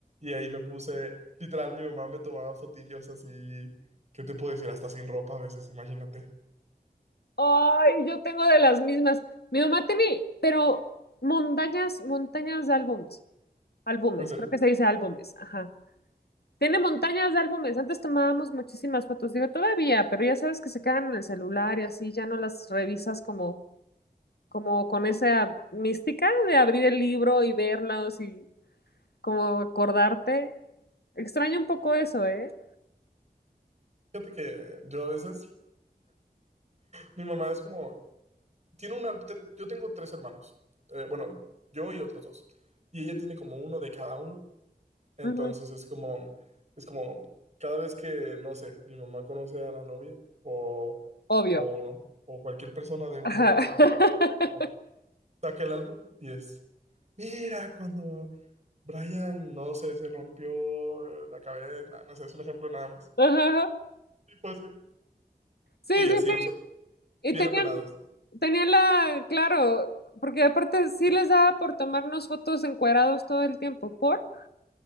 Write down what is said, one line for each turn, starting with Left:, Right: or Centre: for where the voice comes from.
Right: y ahí me puse, literal, mi mamá me tomaba fotillos así, ¿qué te puedo decir? Hasta sin ropa a veces, imagínate.
Left: Ay, yo tengo de las mismas. Mi mamá tiene, pero montañas, montañas de álbums, álbumes,
Right: En serio.
Left: creo que se dice álbumes, ajá. Tiene montañas de álbumes. Antes tomábamos muchísimas fotos, digo, todavía, pero ya sabes que se quedan en el celular y así, ya no las revisas como, como con esa mística de abrir el libro y verlos y como acordarte. Extraño un poco eso, ¿eh?
Right: Fíjate que yo a veces, mi mamá es como, tiene una, te- yo tengo tres hermanos, Eh, bueno, yo y otros dos, y ella tiene como uno de cada uno. Entonces
Left: Ujú,
Right: es como, es como, cada vez que, no sé, mi mamá conoce a la novia o,
Left: Obvio.
Right: o no, o cualquier persona de uno
Left: Ajá.
Right: de, de nosotros,
Left: <laughs>
Right: como, saca el álbum y es, mira, cuando Brian, no sé, se rompió eh, la cabeza, nah, no sé, es un ejemplo nada más.
Left: Ajá.
Right: Tipo así.
Left: Sí,
Right: Y
Left: sí,
Right: así
Left: sí.
Right: nosotros,
Left: Y
Right: bien
Left: tenían,
Right: apenados. <laughs>
Left: tenían la, claro, porque aparte sí les daba por tomarnos fotos encuerados todo el tiempo. ¿Por?